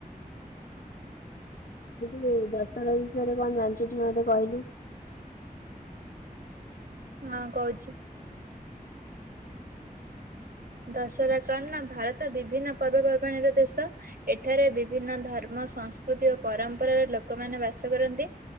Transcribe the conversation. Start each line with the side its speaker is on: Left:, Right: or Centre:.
Left: ଏଠି ଯୋଉ ଦଶହରା ବିଷୟରେ କଣ ଜାଣିଛୁ ଟିକେ ମତେ କହିଲୁ?
Right: ହଁ କହୁଛି। ଦଶହରା କଣ ନା ଭାରତ ବିଭିନ୍ନ ପର୍ବପର୍ବାଣିର ଦେଶ। ଏଠାରେ ବିଭିନ୍ନ ଧର୍ମ, ସଂସ୍କୃତି ଓ ପରମ୍ପରାର ଲୋକମାନୋନ ବାସ କରନ୍ତି।